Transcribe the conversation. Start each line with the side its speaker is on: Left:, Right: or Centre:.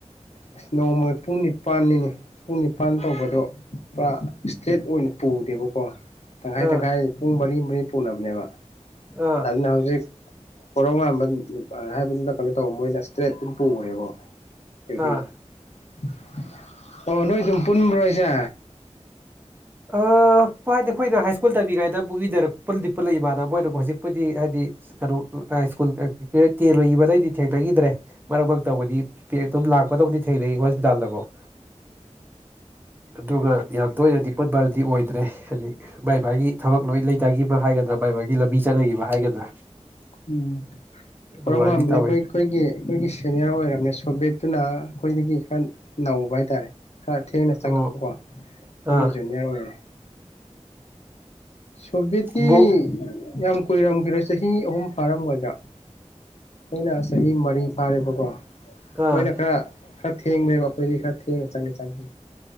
Left: ꯑꯁ ꯅꯣꯡꯃꯒꯤ ꯄꯨꯡ ꯅꯤ ꯅꯤꯄꯥꯜꯅꯤꯅꯦ ꯄꯨꯡ ꯅꯤꯄꯥꯟ ꯇꯧꯕꯗꯣ ꯄꯨꯔꯥ ꯏꯁꯇ꯭ꯔꯦꯠ ꯑꯣꯏꯅ ꯄꯨꯗꯦꯕꯀꯣ ꯇꯪꯈꯥꯏ
Right: ꯑꯥ
Left: ꯇꯪꯈꯥꯏ ꯄꯨꯡ ꯃꯔꯤ ꯃꯔꯤ ꯄꯨꯣꯂꯕꯅꯦꯕ
Right: ꯑꯥ
Left: ꯑꯗꯨ ꯍꯧꯖꯤ ꯄꯣꯔꯧ ꯉꯝꯕ ꯍꯥꯏꯕꯗꯨꯗ ꯀꯩꯅꯣ ꯇꯧꯕ ꯃꯣꯏꯅ ꯏꯁꯇ꯭ꯔꯦꯠ ꯑꯗꯨꯝ ꯄꯨꯈ꯭ꯔꯦꯕ ꯁꯤꯕꯤ
Right: ꯑꯥ
Left: <inaudible> ꯑꯣ ꯅꯣꯏ ꯑꯗꯨꯝ ꯄꯨꯟꯕ꯭ꯔꯣ ꯍꯥꯏꯁꯦ
Right: ꯑ ꯍꯥꯏꯗꯤ ꯑꯩꯈꯣꯏꯅ ꯍꯥꯏ ꯁ꯭ꯀꯨꯜ ꯇꯝꯕꯤ ꯀꯥꯏꯗꯗ ꯄꯨ ꯄꯨꯜꯂꯛ ꯏꯃꯥꯟꯅꯕ ꯃꯣꯏꯅ ꯍꯧꯖꯤꯛꯄꯨꯗꯤ ꯍꯥꯏꯗꯤ ꯀꯩꯅꯣ ꯁꯀꯨꯜ ꯇꯦꯟ ꯂꯣꯏ ꯃꯗꯩꯗꯤ ꯊꯦꯡꯅꯈꯤꯗ꯭ꯔꯦ ꯃꯔꯛ ꯃꯔꯛꯛꯇꯧꯕꯗꯤ ꯑꯗꯨꯝ ꯂꯥꯛꯄꯗꯕꯨꯗꯤ ꯊꯦꯡꯅꯩ ꯍꯣꯁꯄꯤꯇꯥꯜꯗꯀꯣ ꯑꯗꯨꯒ ꯌꯥꯝ ꯇꯣꯏꯔꯗꯤ ꯐꯨꯠꯕꯜꯗꯤ ꯑꯣꯏꯗ꯭ꯔꯦ ꯍꯥꯏꯖꯤꯗꯤ ꯃꯥꯕꯥꯥꯏ ꯃꯥꯒꯤ ꯊꯕꯛ ꯂꯣꯏ ꯂꯩꯇꯈꯤꯕ ꯍꯥꯏꯒꯗ꯭ꯔꯥ ꯕꯥꯥꯏ ꯃꯥꯒꯤ ꯂꯝꯕꯤ ꯆꯠꯅꯈꯤꯕ ꯍꯥꯏꯒꯗ꯭ꯔꯥ
Left: ꯎꯝ
Right: ꯑꯗꯨꯃꯥꯏꯅꯗꯤ
Left: ꯀꯔꯣ ꯉꯥꯟꯕꯗꯤ
Right: ꯇꯧꯋꯤ
Left: ꯑꯩꯈꯣꯏ ꯑꯩꯈꯣꯏꯒꯤ ꯑꯩꯈꯣꯏꯒꯤ ꯁꯦꯅꯤꯌꯔ ꯑꯣꯏꯔꯕꯅꯦ ꯁꯣꯕꯦꯠꯇꯨꯅ ꯑꯩꯈꯣꯏꯗꯒꯤ ꯈꯔ ꯅꯧꯕ ꯍꯥꯏꯇꯥꯔꯦ ꯈꯔ ꯊꯦꯡꯅ ꯆꯪꯉꯛꯄꯀꯣ
Right: ꯑꯣ
Left: ꯑꯩꯈꯣꯏꯒꯤ
Right: ꯑꯥ
Left: ꯖꯨꯅꯤꯌꯔ ꯑꯣꯏꯔꯦ ꯁꯕꯖꯤꯇ
Right: ꯕ꯭ꯔꯣ
Left: ꯌꯥꯝ ꯀꯨꯏꯔꯝꯈꯤꯔ ꯆꯍꯤ ꯑꯍꯨꯝ ꯐꯥꯔꯝꯒꯗ ꯃꯈꯣꯏꯅ ꯆꯍꯤ ꯃꯔꯤ ꯐꯥꯔꯦꯕꯀꯣ
Right: ꯑꯥ
Left: ꯃꯣꯏꯅ ꯈꯔ ꯈꯔ ꯊꯦꯡꯅꯦꯕ ꯑꯩꯈꯣꯏꯗꯤ ꯈꯔ ꯊꯦꯡꯅ ꯆꯪꯉꯤ ꯆꯪꯉ